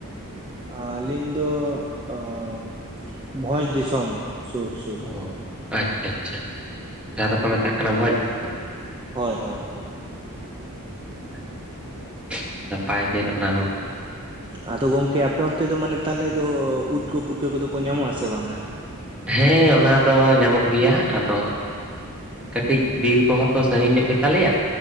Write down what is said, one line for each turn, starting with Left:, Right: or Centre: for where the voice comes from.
Right: ᱟᱹᱞᱤᱧ ᱫᱚ ᱚᱸ ᱵᱷᱚᱡᱽ ᱫᱤᱥᱚᱢ ᱥᱩᱨ ᱥᱩᱨ ᱾
Centre: ᱚ ᱟᱪᱪᱷᱟ ᱟᱪᱪᱷᱟ ᱡᱟᱦᱟᱸ ᱫᱚᱠᱚ ᱢᱮᱛᱟᱜ ᱵᱷᱚᱡᱽ ᱫᱤᱥᱚᱢ?
Right: ᱦᱳᱭ ᱦᱳᱭ ᱦᱳᱭ
Centre: ᱚ ᱟᱪᱪᱷᱟ ᱟᱪᱪᱷᱟ ᱱᱟᱯᱟᱭ ᱜᱮ ᱚᱱᱟ ᱦᱚᱸ ᱾
Right: ᱟᱫᱚ ᱜᱚᱝᱠᱮ ᱟᱯᱮ ᱚᱱᱛᱮ ᱫᱚ ᱢᱟᱱᱮ ᱛᱟᱦᱚᱞᱮ ᱫᱚ ᱩᱫ ᱠᱚ, ᱯᱩᱴᱠᱟᱹ ᱠᱚᱫᱚ ᱠᱚ ᱧᱟᱢᱚᱜ ᱟᱥᱮ ᱵᱟᱝᱟ?
Centre: ᱦᱮᱸ ᱚᱱᱟ ᱫᱚ ᱧᱟᱢᱚᱜ ᱜᱮᱭᱟ ᱟᱫᱚ ᱠᱟᱹᱴᱤᱡ ᱵᱤᱨ ᱠᱚᱦᱚᱸ ᱛᱚ ᱥᱟᱺᱜᱤᱧ ᱧᱚᱜ ᱜᱮᱛᱟ ᱞᱮᱭᱟ